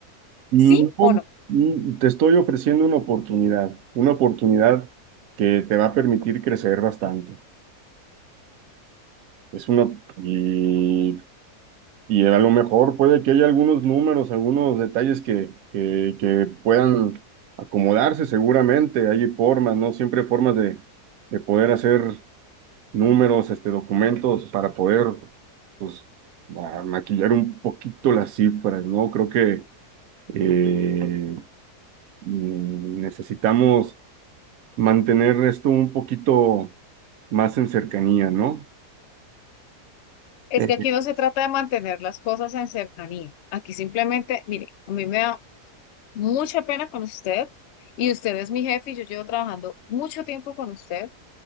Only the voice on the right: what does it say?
No,
mm, te estoy ofreciendo una oportunidad, una oportunidad que te va a permitir crecer bastante. Es una, y, y a lo mejor puede que haya algunos números, algunos detalles que, que, que puedan acomodarse seguramente. Hay formas, ¿no? Siempre hay formas de, de poder hacer números, este, documentos para poder, pues, ma- maquillar un poquito las cifras, ¿no? Creo que eh, mm, necesitamos mantener esto un poquito más en cercanía, ¿no?
Eh,